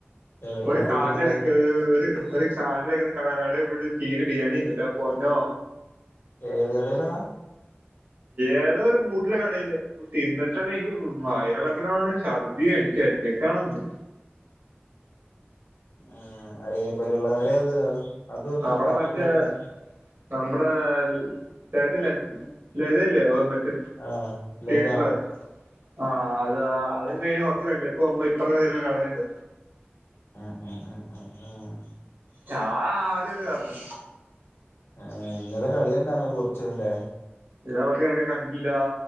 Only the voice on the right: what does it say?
ഒരു
കാല്
എടക്ക് ഒര് ഒര് കാലിലൊക്കെ <unintelligible> കടെ പോയിട്ട് ഒര് തീന് ബിരിയാണി തിന്നു ഇന്റെ പ്പൊന്നോ
ഏതോ ഒരു മൂട്ടില കടേല് തിന്നിട്ടാണെ എൻക്ക് വയറിളകിലാണ് ഛർദ്ദിയോ എനിക്ക് എന്തൊക്കെയാണൊ എന്തോ
നമ്മുടെ
മറ്റേ
നമ്മുടെ ലളിതല്ലേ ലളിതയില്ലേ അഹ് മ റ്റെ
പീറ്ററേ
ആഹ് താ അതും കഴിഞ്ഞ് കൊറച് <unintelligible> പോകുമ്പോ ഇപ്പറത്തെ സൈഡിലെ കടയ്ണ്ട്.
ചാ <unintelligible> പർഞു
<unintelligible> കണ്ടില്ല